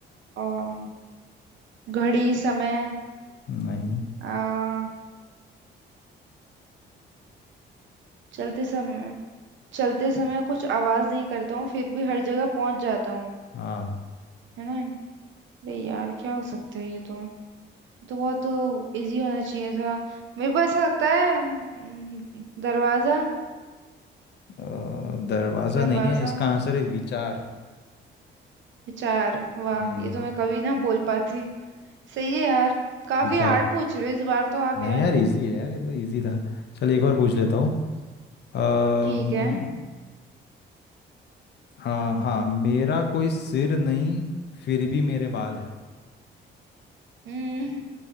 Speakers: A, on the right; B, on the left.
A: अम, घड़ी समय
B: नहीं
A: आ, चलते समय चलते समय कुछ आवाज नहीं करता हूँ फिर भी हर जगह पहुंच जाता हूँ
B: हाँ
A: है ना अरे यार क्या हो सकता है ये तो ये तो बहुत तो इजी होना चाहिए था मेरे को ऐसा लगता है अम, दरवाजा
B: अ, दरवाज़ा
A: दरवाजा
B: नहीं है इसका आंसर है विचार
A: विचार वाह
B: हम्म
A: ये तो मैं कभी ना <laughs> बोल पाती सही है यार काफी
B: <laughs> विचार
A: हार्ड पूछ रहे हो इस बार तो आप
B: नहीं
A: यार
B: यार इजी है यार ये तो इजी था चल एक और पूछ लेता हूँ अम्म,
A: ठीक है
B: हाँ हाँ मेरा कोई सिर नहीं फिर भी मेरे बाल है
A: हम्म